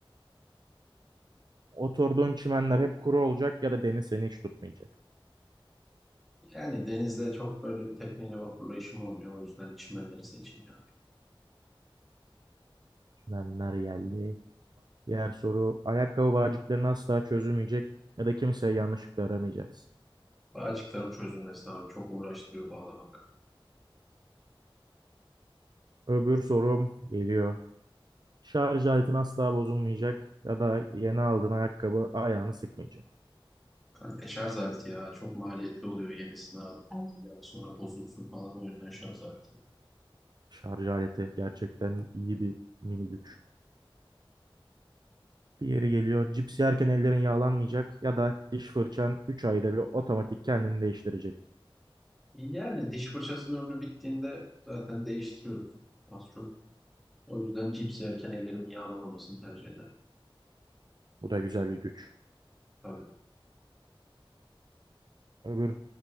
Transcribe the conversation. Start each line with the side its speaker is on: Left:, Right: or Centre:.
Right: Oturduğun çimenler hep kuru olacak ya da deniz seni hiç tutmayacak.
Centre: Yani denizde çok böyle bir tekneyle vapurla işim olmuyor. O yüzden çimenleri seçeyim ya.
Right: Çimenler geldi. Diğer soru ayakkabı bağcıklarını asla çözülmeyecek ya da kimseye yanlışlıkla aramayacaksın.
Centre: Bağcıkların çözülmesi abi çok uğraştırıyor bağlamak.
Right: Öbür sorum geliyor. Şarj aletin asla bozulmayacak ya da yeni aldığın ayakkabı ayağını sıkmayacak.
Centre: Kanka şarj aleti ya çok maliyetli oluyor yenisini al. Evet. Yani sonra bozulsun falan o yüzden şarj aleti.
Right: Şarj aleti gerçekten iyi bir mini güç. Diğeri geliyor. Cips yerken ellerin yağlanmayacak ya da diş fırçan 3 ayda bir otomatik kendini değiştirecek.
Centre: Yani diş fırçasının ömrü bittiğinde zaten değiştiriyoruz az çok. O yüzden cips yerken ellerimin yağlamamasını tercih ederim.
Right: Bu da güzel bir güç.
Centre: Tabii.
Right: Öbür